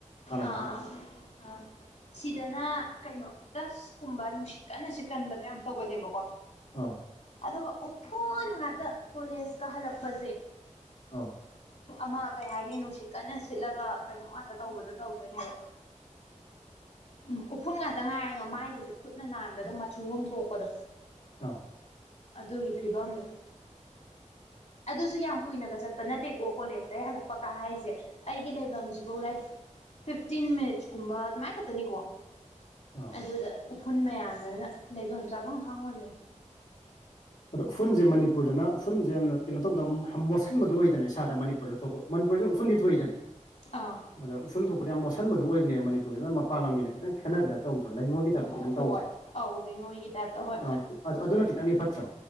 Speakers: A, on the left (about 85°); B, on the left (about 60°).
A: ꯇꯥꯔꯛꯄ
B: ꯑꯥ ꯑꯥ ꯑꯥ ꯑꯥ ꯁꯤꯗꯅ ꯀꯩꯅꯣ ꯗꯁꯀꯨꯝꯕ ꯅꯨꯡꯁꯤꯠ ꯀꯟꯅ ꯁꯤ ꯀꯟꯕꯗꯣ ꯌꯥꯝ ꯇꯧꯒꯜꯂꯦꯕꯀꯣ
A: ꯑꯥ
B: ꯑꯗꯨꯒ ꯎꯐꯨꯟ ꯉꯥꯛꯇ ꯀꯣꯂꯦꯖ ꯀꯥ ꯍꯜꯂꯛꯄꯖ‌ꯦ
A: ꯑꯣ
B: ꯑꯃ ꯀꯩ ꯍꯥꯏꯅꯤ ꯅꯨꯡꯁꯤꯠ ꯀꯟꯅ ꯁꯤꯠꯂꯒ ꯀꯩꯅꯣ ꯉꯥꯛꯇ ꯇꯧꯕꯗ‌ꯣ ꯇꯧꯗ‌ꯣꯏꯅꯦꯕ ꯎ ꯎꯐꯨꯟ ꯉꯥꯛꯇ ꯉꯥꯏꯔꯒ ꯃꯥꯏꯒꯁꯦ ꯈꯨꯠꯅ ꯅꯥꯟꯕꯗ ꯃꯆꯨ ꯑꯝ ꯊꯣꯛꯄꯗꯣ
A: ꯑꯥꯎ
B: ꯑꯗꯨꯒꯤ ꯐꯤꯕꯝꯗꯣ ꯑꯗꯨꯁꯨ ꯌꯥꯝ ꯀꯨꯏꯅꯒ ꯆꯠꯄ ꯅꯠꯇꯦꯀꯣ ꯀꯣꯂꯦꯖꯇꯩ ꯍꯜꯂꯛꯄ ꯀꯥ ꯍꯥꯏꯖ‌ꯦ ꯑꯩꯒꯤ ꯂꯩꯐꯝꯁꯤꯐꯧ ꯂ‌ꯦꯠ ꯐꯤꯐꯇꯤꯟ ꯃꯤꯅꯤꯠꯁꯀꯨꯝꯕ ꯑꯗꯨꯃꯥꯏꯅ ꯈꯛꯇꯅꯤꯀꯣ
A: ꯑꯧ
B: ꯑꯗꯨꯗ ꯎꯐꯨꯟ ꯃꯌꯥꯝꯗꯨꯅ ꯂꯩꯐꯝ ꯆꯥꯐꯝ ꯈꯪꯉꯣꯏꯗꯩꯅꯤ
A: ꯑꯗꯣ ꯎꯐꯨꯟꯁꯦ ꯃꯅꯤꯄꯨꯔꯗꯅ ꯎꯐꯨꯟꯁꯦ ꯌꯥꯝꯅ ꯀꯩꯅꯣ ꯇꯧꯕꯗ ꯃꯣꯠꯁꯤꯟꯕꯗꯨ ꯑꯣꯏꯗꯅ ꯏꯁꯥꯗ ꯃꯅꯤꯄꯨꯔꯗ ꯊꯣꯛꯄ ꯃꯅꯤꯄꯨꯔꯁꯨ ꯎꯐꯨꯟꯁꯨ ꯊ‌ꯣꯛꯏꯗꯅ
B: ꯑꯥ
A: ꯑꯗ ꯎꯐꯨꯟ ꯊꯣꯛꯄꯗ ꯌꯥꯝ ꯃꯣꯠꯁꯟꯕꯗꯨ ꯑꯣꯏꯕꯅꯦꯕ ꯃꯅꯤꯄꯨꯔꯒꯩꯅ ꯃꯄꯥꯟ ꯂꯝꯒꯤꯅ ꯈꯤꯇꯪ ꯈꯦꯠꯅꯕꯩ ꯇꯥꯏꯞ ꯇꯧꯗ꯭ꯔꯣ ꯂꯩꯉꯣꯏꯒꯤ ꯇꯥꯏꯞꯇ ꯈꯤꯇꯪ
B: ꯍꯣꯏ
A: ꯇꯧꯗ꯭ꯔꯣ
B: ꯑꯧ ꯂꯩꯉꯣꯏꯒꯤ ꯇꯥꯏꯞꯇ ꯍꯣꯏ
A: ꯑꯥ ꯑꯗꯨ ꯑꯗꯨꯅ ꯈꯤꯇꯪꯗꯤ ꯐꯠꯇ꯭ꯔꯣ